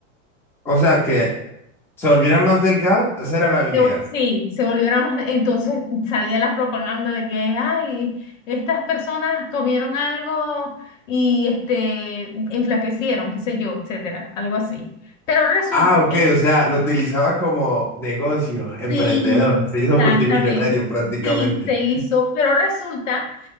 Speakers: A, in the centre; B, on the left.
A: O sea, que se volviera más delgado, esa era la habilidad.
B: Se vol- Sí, se volvieron más, entonces salía la propaganda de que, ay, estas personas comieron algo y este, enflaquecieron, qué sé yo, etcétera, algo así. Pero resulta
A: Ah, ok,
B: que
A: o sea, lo utilizaba como negocio, emprendedor,
B: sí,
A: se hizo
B: exactamente,
A: multimillonario prácticamente.
B: sí, se hizo, pero resulta